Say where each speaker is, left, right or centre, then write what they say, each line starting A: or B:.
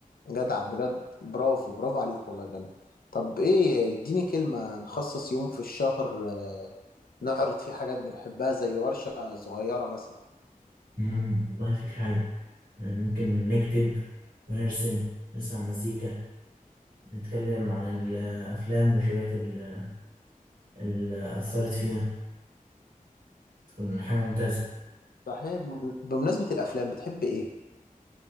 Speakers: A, on the left; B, on the right.
A: جدع بجد برافو برافو عليك والله بجد طب ايه اديني كلمة نخصص يوم في الشهر آه، نعرض فيه حاجات بنحبها زي ورشة صغيرة مثلا
B: مم، والله فكره هايله يعني ممكن نكتب ونرسم نسمع مزيكا نتكلم عن الأفلام والروايات ال- اللي أثرت فينا تكون حاجة ممتازة
A: صحيح بم- بمناسبة الأفلام بتحب ايه؟